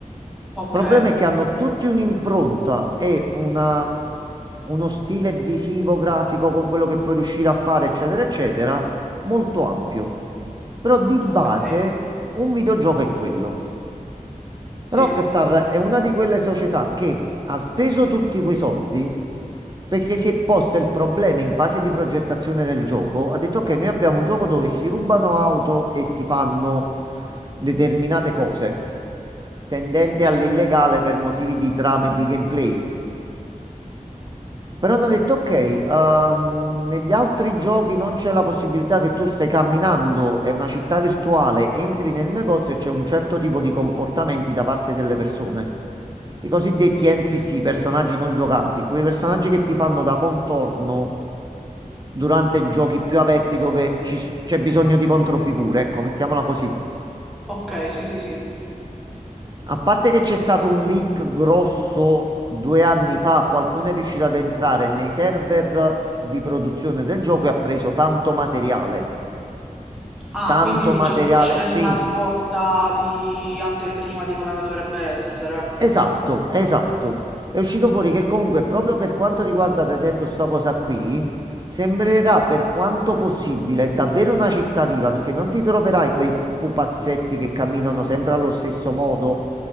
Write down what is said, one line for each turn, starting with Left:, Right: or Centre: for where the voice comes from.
Centre: ok,
Right: Il problema è che hanno tutti un'impronta e una- uno stile visivo, grafico con quello che puoi riuscire a fare, eccetera, eccetera, molto ampio. Però di base
Centre: ok,
Right: un videogioco è quello.
Centre: sì,
Right: Rockstar è una di quelle società che ha speso tutti quei soldi perché si è posto il problema in fase di progettazione del gioco. Ha detto che noi abbiamo un gioco dove si rubano auto e si fanno determinate cose tendente
Centre: sì,
Right: all'illegale per motivi di trama e di gameplay. Però hanno detto, ok, ehm, negli altri giochi non c'è la possibilità che tu stai camminando, è una città virtuale, entri nel negozio e c'è un certo tipo di comportamenti da parte delle persone. I cosiddetti
Centre: sì.
Right: NPC, personaggi non giocanti, quei personaggi che ti fanno da contorno durante giochi più aperti dove ci s- c'è bisogno di controfigure, ecco, mettiamola così.
Centre: Ok, sì, sì, sì.
Right: A parte che c'è stato un leak grosso due anni fa, qualcuno è riuscito ad entrare nei server di produzione del gioco e ha preso tanto materiale.
Centre: Ah,
Right: Tanto
Centre: quindi diciamo
Right: materiale,
Centre: che c'è
Right: sì,
Centre: una sorta di anteprima di come dovrebbe essere.
Right: esatto, esatto. È uscito fuori che comunque proprio per quanto riguarda ad esempio sta cosa qui, sembrerà per quanto possibile davvero una città viva, perché non ti troverai quei pupazzetti che camminano sempre allo stesso modo